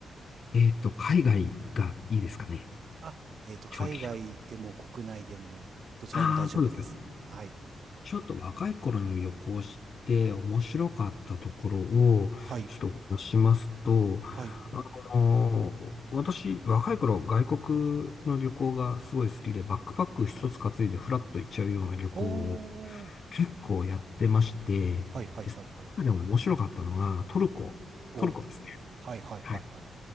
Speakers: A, on the left (about 50°); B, on the right (about 60°).
A: えっと、海外がいいですかね。
B: あ、えっと、
A: 正直。
B: 海外でも国内でも、どちらでも大丈夫です。
A: ああ、そうですか。
B: はい。
A: ちょっと若い頃に旅行して面白かったところを、
B: はい。
A: ちょっとお話ししますと、あのー私、
B: はい。
A: 若い頃、外国の旅行がすごい好きで、バックパック一つ担いでフラッと行っちゃうような旅行を
B: おー。
A: 結構やってまして、
B: はいはいはいはい。
A: で、その中でも面白かったのが、トルコ、
B: お
A: トルコですね。
B: はいはいはいはい。
A: はい。